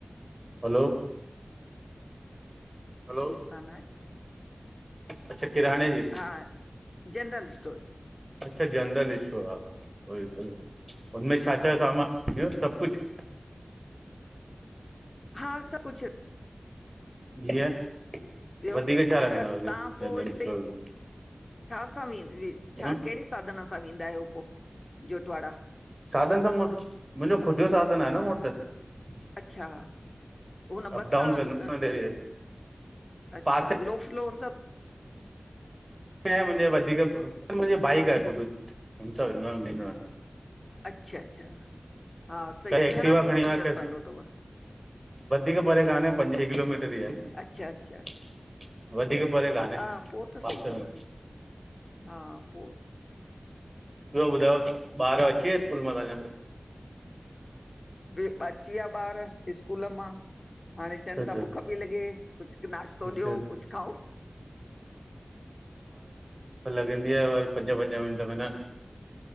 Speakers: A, on the right; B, on the left.
A: हलो हलो
B: जी दुकानु आहे
A: अच्छा किराणे जी
B: हा जनरल स्टोर जी
A: अच्छा जनरल इश्टो हा उहोई त हुनमें छा
B: हा
A: छा सामान अची वियो सॿ कुझु?
B: हा स कुझु
A: जीअं
B: ॿियो
A: वधीक छा रखंदा
B: त
A: हुजे
B: तव्हां पो
A: जनरल
B: हिते
A: स्टोर
B: छा सां विं वि छा
A: में
B: कहिड़े साधन सां वेंदा आहियो पोइ जोटवाड़ा?
A: साधन त मुवट मुंहिंजो ख़ुदि जो साधन आहे न मूअट त
B: अच्छा हुन
A: अप
B: बसां
A: डाउन कंदो
B: ल
A: आहियां डेली
B: अच्छा
A: पासे
B: लो फ्लोर सभ
A: क मुंहिंजे वदिक मुंहिंजे भाइक आ खुदट हुनसा विनो अयां
B: अच्छा अच्छा हा सही
A: करे एक्टिवा
B: घणा किलोमीटर
A: खणी करे
B: पवंदो तव?
A: वधीक परे काने पंज ही किलोमीटर ई आहे
B: अच्छा अच्छा
A: वधीक परे काने
B: हा
A: पासे
B: पो त सही
A: में
B: तव हा पोइ
A: ॿियो ॿुधयो ॿार अची वया स्कूल मां तव्हांञा?
B: बि अची विया ॿार स्कूल मां हाणे
A: अच्छा
B: चवनि
A: अच्छा
B: था बुख पई लॻे कुझु क नाश्तो
A: अच्छा
B: ॾियो कुझु खाओ
A: वेंदी आहे वर पंजा पंज मिंट में न वे